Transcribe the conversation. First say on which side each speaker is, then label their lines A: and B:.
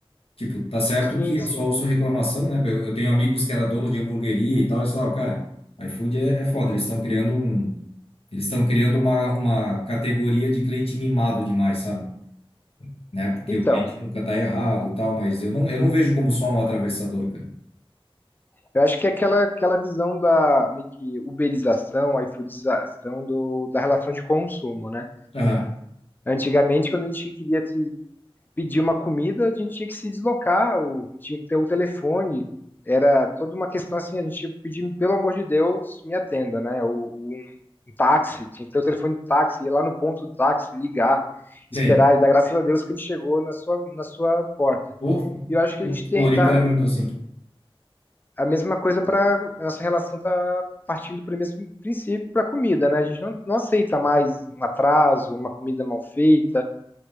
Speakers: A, on the left; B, on the left.
A: Tipo, tá certo
B: Sim,
A: que eu
B: sim.
A: só ouço reclamação, né? Eu, eu tenho amigos que era dono de hamburgueria e tal, eles falavam, cara, iFood é, é foda, eles estão criando um, eles estão criando uma, uma categoria de cliente mimado demais, sabe? Né? Porque
B: Então,
A: o cliente nunca tá errado, e tal, mas eu não, eu não vejo como só um atravessador, cara.
B: eu acho que é aquela, aquela visão da meio que uberização, iFoodização do, da relação de consumo, né?
A: Aham,
B: Antigamente, quando a gente queria se pedir uma comida, a gente tinha que se deslocar, ou tinha que ter o telefone. Era toda uma questão assim, a gente tinha que pedir, pelo amor de Deus, me atenda, né? Ou um, um táxi, tinha que ter o telefone do táxi, ir lá no ponto do táxi, ligar, esperar,
A: sim.
B: e dar graças a Deus que ele chegou na sua, na sua porta.
A: O,
B: E eu acho que
A: o
B: a gente tem
A: Floripa
B: tá
A: era muito assim.
B: a mesma coisa para nossa relação tá partindo para o mesmo princípio para a comida, né? A gente não, não aceita mais um atraso, uma comida mal feita.